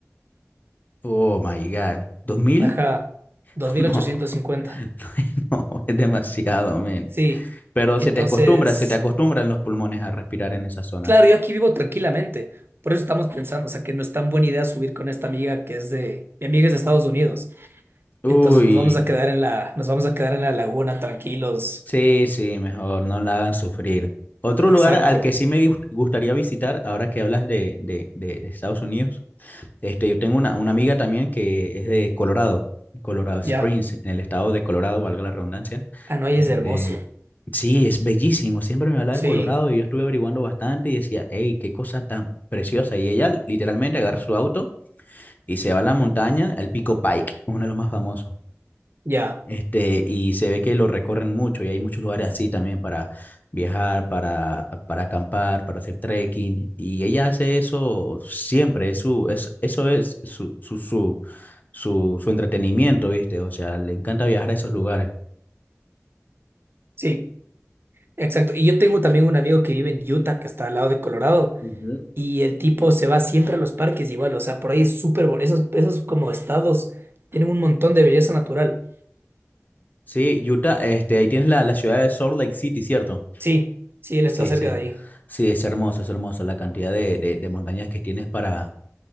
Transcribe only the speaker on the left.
Oh my God. dos mil
<laughs>
No,
<laughs> no, es demasiado, men.
Pero
se te acostumbra, se te acostumbran los pulmones a respirar en esas zonas.
Uy.
Sí, sí, mejor, no la hagan sufrir. Otro
lugar al que sí me gust- gustaría visitar, ahora que hablas de, de, de Estados Unidos, este, yo tengo una, una amiga también que es de Colorado, Colorado Springs,
en el estado de Colorado, valga la redundancia.
Este,
sí, es bellísimo, siempre me habla
de Colorado y yo estuve averiguando bastante y decía, hey, qué cosa tan preciosa. Y ella literalmente agarra su auto y se va a la montaña, al Pico Pike, uno de los más famosos.
Este, y se ve que lo recorren mucho y hay muchos lugares así también para viajar, para, para acampar, para hacer trekking. Y ella hace eso siempre, es su, es, eso es su, su, su, su, su entretenimiento, ¿viste? O sea, le encanta viajar a esos lugares.
Ujú.
Sí, Utah, este, ahí tienes la, la ciudad de Salt Lake City, ¿cierto?
Sí,
sí.
Sí, es hermoso, es hermoso la cantidad de, de, de montañas que tienes para,